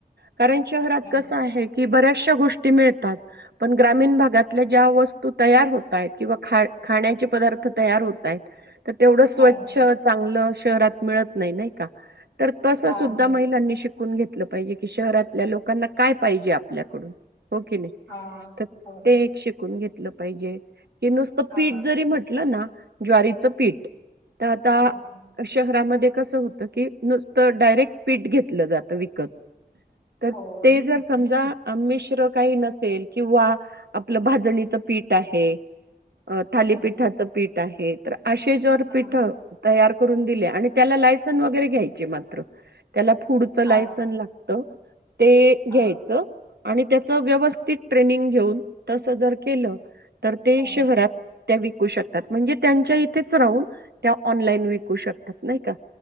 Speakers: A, on the right; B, on the left.
A: कारण शहरात
B: हम्म
A: कस आहे? की - बऱ्याचशा गोष्टी मिळतात पण ग्रामीण भागातल्या ज्या वस्तू तयार होतायेत किंवा खाण्याचे पदार्थ तयार होतायेत - तर तेवढं स्वच्छ
B: हम्म हम्म
A: चांगलं- शहरात मिळत नाही. नाही का? तर तसं
B: हा
A: सुद्धा
B: ना हो
A: महिलांनी
B: ना
A: शिक- <unintelligible> पाहिजे की शहरातल्या लोकांना काय पाहिजे आपल्याकडून. हो की नाही?
B: हा
A: तर
B: हो ना
A: ते एक शिकून घेत- लं पाहिजे. की नुसतं
B: हा
A: पीठ जरी म्हटलं ना- ज्वारीचं पीठ. त आता
B: हम्म हम्म
A: शहरामध्ये- कस होत की, नुसतं डायरेक्ट पीठ घेतलं जातं विक- कत. तर, -
B: हो
A: ते जर समजा अन मिश्र काही नसेल किंवा आपलं भाजणीच पीठ आहे- अ थालीपीठाचं
B: हम्म
A: पीठ- आहे तर - असे जवर
B: हा
A: पीठ तयार- करून दिल्या आणि त्याला लायसन वगैरे घ्यायचे मात्र - त्याला फूडच
B: हा
A: लायस- सन लागत. ते
B: हा
A: -घ्यायचं. आणि त्याच व्यवस्थित ट्रेनिंग घेऊन. तस जर केलं- तर ते
B: हम्म
A: शहरात त्या व- विकू शकतात म्हणजे त्यांच्या इथेच राहून, त्या ऑनलाइन विकू शकतात. नाही का?